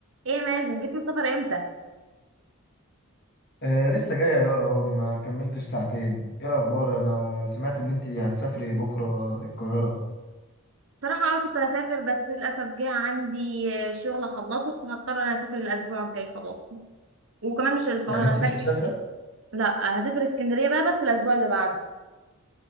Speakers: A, on the right (about 60°); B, on the left (about 45°).
A: ايه يا مازن جيت من السفر امتى
B: آه لسه جاية يا يارا اهو ما كملتش ساعتين ايه الأخبار أنا سمعت إن أنت هتسافري بكرة القاهرة
A: بصراحه اه كنت هسافر بس للاسف جه عندي آه، شغل اخلصه فهضطر انا اسافر الاسبوع الجاي خلاص وكمان مش القاهره
B: يعني أنت
A: هسافر
B: مش مسافرة؟
A: لا هسافر اسكندريه بقى بس الاسبوع اللي بعده